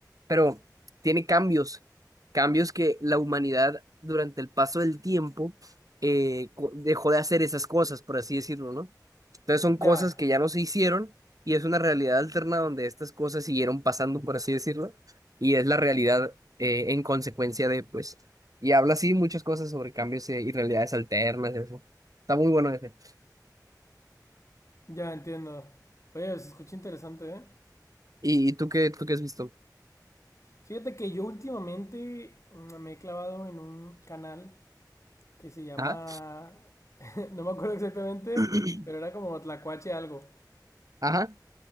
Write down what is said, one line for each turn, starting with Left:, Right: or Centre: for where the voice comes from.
Right: pero tiene cambios, cambios que la humanidad durante el paso del tiempo eh, co- dejó de hacer esas cosas, por así decirlo, ¿no? Entonces son
Left: ya,
Right: cosas que ya no se hicieron y es una realidad alterna donde estas cosas siguieron pasando, por así decirlo y es la realidad eh, en consecuencia de, pues, y habla así muchas cosas sobre cambios eh, y realidades alternas, eso. Está muy bueno ese.
Left: ya entiendo. Oye, se escucha interesante, ¿eh?
Right: ¿Y, y tú qué, tú qué has visto?
Left: Fíjate que yo últimamente mm, me he clavado en un canal que se llama,
Right: Ajá.
Left: <laughs> no me acuerdo exactamente,
Right: <clears throat>
Left: pero era como Tlacuache algo.
Right: Ajá.